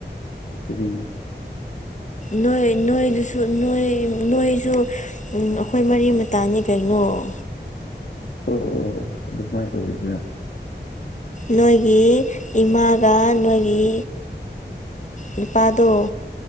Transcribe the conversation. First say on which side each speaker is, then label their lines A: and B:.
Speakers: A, on the left; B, on the left.
A: ꯇ꯭ꯔꯤ
B: ꯅꯣꯏ ꯅꯣꯏꯗꯨꯁꯨ ꯅꯣꯏ ꯅꯣꯏꯁꯨ ꯑꯩꯈꯣꯏ ꯃꯔꯤ ꯃꯇꯥꯅꯤ ꯀꯩꯅꯣ ꯑꯣ
A: ꯑꯣ ꯑꯣ ꯑꯣ ꯑꯣ ꯑꯗꯨꯃꯥꯏꯅ ꯑꯣꯏꯔꯤꯕ꯭ꯔꯥ
B: ꯅꯣꯏꯒꯤ ꯏꯃꯥꯒ ꯅꯣꯏꯒꯤ ꯅꯨꯄꯥꯗꯣ